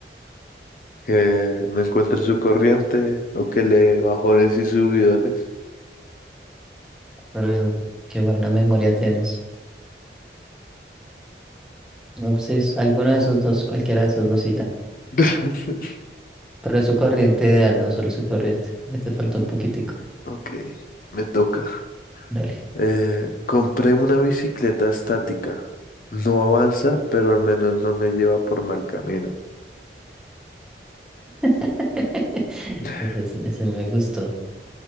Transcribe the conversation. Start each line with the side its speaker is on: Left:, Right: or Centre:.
Left: que no encuentre su corriente o que le dé bajones y subidones.
Centre: Pero qué buena memoria tienes. No, pues es alguno de esos dos, cualquiera de esos dos y ya.
Left: <laughs>
Centre: Pero es su corriente ideal, no solo su corriente. Ya Te faltó un poquitico.
Left: Ok, me toca.
Centre: Dale.
Left: Eh, compré una bicicleta estática. No avanza, pero al menos no me lleva por mal camino.
Centre: <laughs>
Left: <sighs>
Centre: Ese, ese ese me gustó.